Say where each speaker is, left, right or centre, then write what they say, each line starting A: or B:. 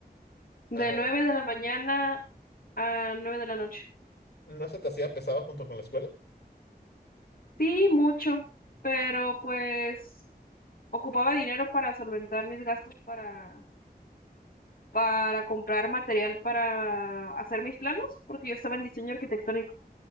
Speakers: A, on the left; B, on the left.
A: de
B: Ah,
A: 9 de la mañana a 9 de la noche.
B: ¿no se te hacía pesado junto con la escuela?
A: Sí, mucho, pero pues ocupaba dinero para solventar mis gastos para, para comprar material para hacer mis planos, porque yo estaba en diseño arquitectónico